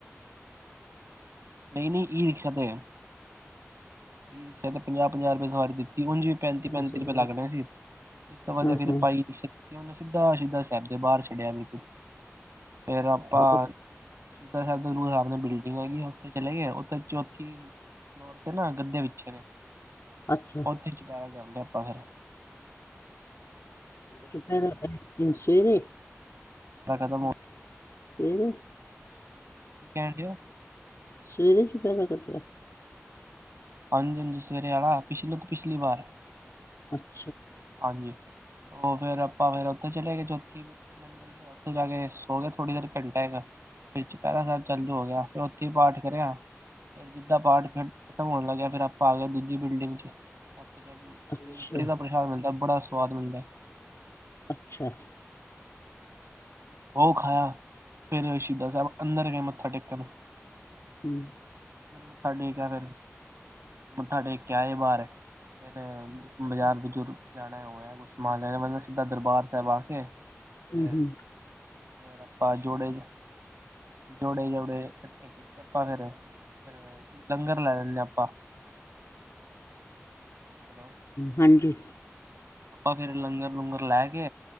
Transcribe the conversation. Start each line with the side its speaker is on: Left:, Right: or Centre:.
Right: ਨਈ ਨਈ ਈ ਰਿਕਸ਼ਾ ਤੇ। ਈ ਰਿਕਸ਼ਾ ਤੇ ਪੰਜਾਹ ਪੰਜਾਹ ਰੁਪਏ ਸਵਾਰੀ ਦਿੱਤੀ ਉਂਝ ਵੀ ਪੈਂਤੀ
Left: ਪੈਦਲ
Right: ਪੈਂਤੀ ਰੁਪਏ ਲੱਗਣੇ ਸੀ। ਏਸ ਤੋਂ ਬਾਦ
Left: ਹਾਂ
Right: ਫਿਰ
Left: ਹਾਂ
Right: ਆਪਾ ਈ ਰਿਕਸ਼ਾ ਕੀਤੀ, ਓਨੇ ਸਿੱਧਾ ਸਿੱਧਾ ਸਾਹਿਬ ਦੇ ਬਾਰ ਛੱਡਿਆ ਬਿਲਕੁਲ। ਫੇਰ ਆਪਾਂ
Left: ਅੱਛਾ
Right: ਸ਼ਹੀਦਾਂ ਸਾਹਿਬ ਦੇ ਰੂ ਸਾਮਨੇ ਬਿਲਡਿੰਗ ਹੈਗੀ ਆ। ਔਥੇ ਚਲੇ ਗਏ ਔਥੇ ਚੌਥੀ ਫਲੋਰ ਤੇ ਨਾ ਗੱਧੇ ਵਿਛੇ ਨੇ।
Left: ਅੱਛਾ
Right: ਔਥੇ ਚੁਪੈਰਾ ਕਰ ਲਿਆ ਆਪਾਂ ਫੇਰ।
Left: ਚੁਪਹਿਰਾ ਸਵੇਰੇ!
Right: ਖਤਮ ਹੋ
Left: ਫੇਰ
Right: ਕੀ ਕਹਿਣ ਡਏ ਓ
Left: ਸਵੇਰੇ ਚਪੈਰਾ ਕਟ
Right: ਹਾਂਜੀ ਹਾਂਜੀ ਸਵੇਰੇ ਆੜਾ ਪਿਛਲੇ ਤੋਂ ਪਿਛਲੀ ਵਾਰ।
Left: <unintelligible>
Right: ਹਾਂਜੀ ਓ ਫੇਰ ਆਪਾਂ ਫੇਰ ਔਥੇ ਚਲੇ ਗਏ ਚੌਥੀ ਮੰਜ਼ਿਲ ਤੇ ਔਥੇ ਜਾ ਕੇ ਸੋ ਗੇ ਥੋੜ੍ਹੀ ਦੇਰ ਘੰਟਾ ਏਕ। ਫਿਰ ਚੁਪਹਿਰਾ ਸਾਹਿਬ ਚਾਲੂ ਹੋ ਗਿਆ ਫੇਰ ਔਥੇ ਈ ਪਾਠ ਕਰਿਆ। ਫੇਰ ਜਿੱਦਾਂ ਪਾਠ ਖ ਖ਼ਤਮ ਹੋਣ ਲੱਗਿਆ ਫਿਰ ਆਪਾਂ ਆਗੇ ਦੂਜੀ ਬਿਲਡਿੰਗ ਚ। ਔਥੇ ਫੇਰ
Left: ਅੱਛਾ
Right: ਨਿਊਟਰੀ ਦਾ ਪਰ ਬੜਾ ਸਵਾਦ ਮਿਲਦਾ ਐ।
Left: ਅੱਛਾ।
Right: ਓ ਖਾਇਆ ਫੇਰ ਸ਼ਹੀਦਾਂ ਸਾਹਿਬ ਅੰਦਰ ਗਏ ਮੱਥਾ ਟੇਕਣ।
Left: ਹਮ
Right: ਮੈਨੂੰ ਮੱਥਾ ਟੇਕਿਆ ਫੇਰ। ਮੱਥਾ ਟੇਕ ਕੇ ਆਏ ਬਾਰ ਫੇਰ ਬਜ਼ਾਰ ਬਜ਼ੂਰ ਜਾਣ ਮੈਂ ਹੋਇਆ ਕੁਛ ਸਮਾਨ ਲੈਣਾ ਬ ਮੈਂ ਸਿੱਧਾ ਦਰਬਾਰ ਸਾਹਿਬ ਆ ਕੇ
Left: ਹਮ
Right: ਫੇਰ
Left: ਹਮ
Right: ਫੇਰ ਆਪਾਂ ਜੋੜੇ ਜੋੜੇ ਜੋੜੇ ਕੱਠੇ ਕੀਤੇ ਆਪਾਂ ਫੇਰ, ਫੇਰ ਲੰਗਰ ਲੈ ਲੇ ਆਪਾਂ। ਹੈਲੋ
Left: ਹਾਂਜੀ।
Right: ਆਪਾਂ ਫੇਰ ਲੰਗਰ ਲੂੰਗਰ ਲੈ ਕੇ